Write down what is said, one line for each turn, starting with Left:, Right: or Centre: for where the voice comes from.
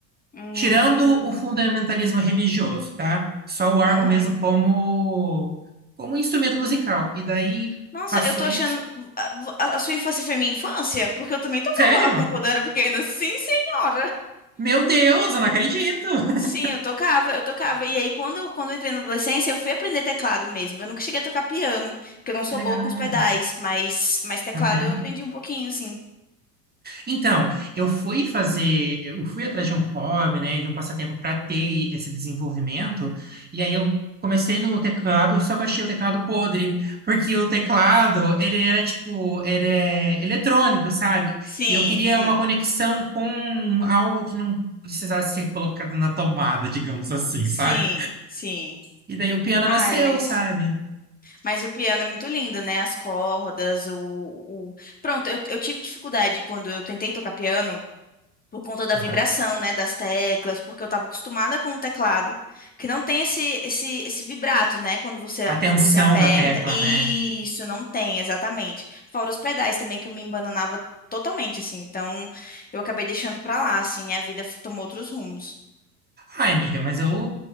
Left: Hum,
Right: Tirando o fundamentalismo religioso, tá? Só o órgão
Left: Uhum,
Right: mesmo como como instrumento musical. E daí
Left: Nossa,
Right: passou
Left: eu tô
Right: isso.
Left: achando. A, a- a sua infância foi minha infância? Porque eu também tocava
Right: Sério?
Left: órgão quando eu era pequena. Sim, senhora!
Right: Meu Deus, eu não acredito. <laughs>
Left: Sim, eu tocava, eu tocava. E aí, quando, eu- quando eu entrei na adolescência, eu fui aprender teclado mesmo. Eu nunca cheguei a tocar piano, porque eu não sou
Right: Que legal.
Left: boa com os pedais, mas, mas teclado
Right: Uhum.
Left: eu aprendi um pouquinho, sim.
Right: Então, eu fui fazer, eu fui atrás de um hobby, né, de um passatempo para ter esse desenvolvimento, e aí eu comecei no teclado, só que eu achei o teclado podre, porque o teclado, ele era tipo, ele é eletrônico, sabe?
Left: Sim,
Right: E eu queria
Left: sim,
Right: uma conexão com algo que não precisasse ser colocado na tomada, digamos assim,
Left: sim,
Right: sabe?
Left: sim.
Right: E daí o piano
Left: Ai,
Right: nasceu,
Left: mas,
Right: sabe?
Left: mas o piano é muito lindo, né? As cordas, o, o... Pronto, eu, eu tive dificuldade quando eu tentei tocar piano. por conta da
Right: Aham.
Left: vibração, né, das teclas, porque eu estava acostumada com um teclado, que não tem esse, esse, esse vibrato, né, quando você,
Right: A tensão
Left: quando você aperta.
Right: da tecla,
Left: Isso,
Right: né?
Left: não tem, exatamente. Fora os pedais também, que eu me embananava totalmente, assim. Então, eu acabei deixando pra lá, assim, a vida f- tomou outros rumos.
Right: Ai, amiga, mas eu,